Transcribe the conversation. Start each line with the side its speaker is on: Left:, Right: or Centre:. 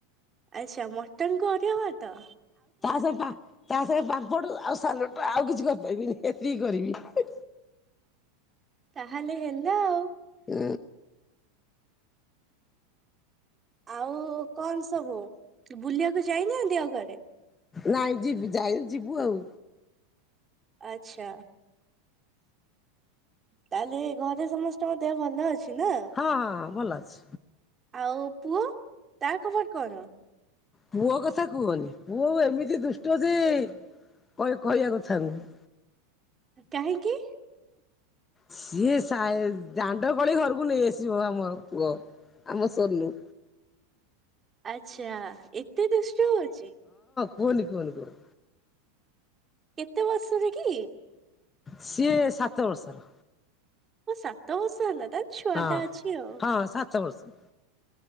Right: ଆଚ୍ଛା ମଟନ ଘରେ ହବ ତ
Left: ତା ସାଙ୍ଗେ ପା ତା ସହିତ ପାମ୍ପଡ଼ ଆଉ ସାଲଡ ଆଉ କିଛି କରିପାରିବିନି ଏତିକି କରିବି।
Right: ତାହେଲେ ହେଲା ଆଉ।
Left: ହୁ।
Right: ଆଉ-ଉ-ଉ କଣ ସବୁ ବୁଲିବାକୁ ଯାଇ ନାହାନ୍ତି ଆଉ କୁଆଡେ?
Left: ନାଇଁ ଯିବି ଯାଇନି ଯିବୁ ଆଉ।
Right: ଆଛା ତାହେଲେ ଘରେ ସମସ୍ତଙ୍କ ଦେହ ଭଲ ଅଛି? ନା?
Left: ହଁ ହଁ ହଁ ଭଲ ଅଛି।
Right: ଆଉ ପୁଅ ତା ଖବର କଣ?
Left: ପୁଅ କଥା କୁହନି। ପୁଅ ଏମିତି ଦୁଷ୍ଟ ଯେ-ଏ-ଏ କଇ କହିବା କଥା ନୁହେଁ।
Right: କାହିଁକି?
Left: ସିଏ ସାଇ ଦାଣ୍ଡ କଳି ଘରକୁ ନେଇ ଆସିବ ଆମ ପୁଅ ଆମ ସୋନୁ।
Right: ଆଛା। ଏତେ ଦୁଷ୍ଟ ହଉଛି।
Left: କୁଅନି କୁହନି କୁଅନି।
Right: କେତେ ବର୍ଷରେ କି?
Left: ସିଏ ସାତ ବର୍ଷର।
Right: ଓ ସାତ ବର୍ଷ ହେଲା ତାଏଲ ଛୁଆ
Left: ହଁ
Right: ଟା ଅଛି ଆଉ।
Left: ହଁ ସାତ ବର୍ଷ